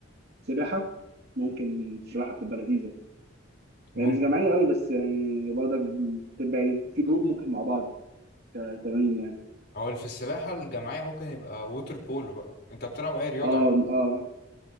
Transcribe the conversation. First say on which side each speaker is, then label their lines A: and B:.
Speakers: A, on the right (about 55°); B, on the left (about 55°).
A: سباحه ممكن السباحه بتبقى لذيذه
B: ممكن
A: يعني مش جماعيه قوي بس يعني برضك بتبقى يعني في جروب ممكن مع بعض ت- تمارين يعني
B: هو اللي في السباحة الجماعية ممكن يبقى ووتر بولو بقى انت بتلعب اي رياضة
A: اه
B: عم.
A: اه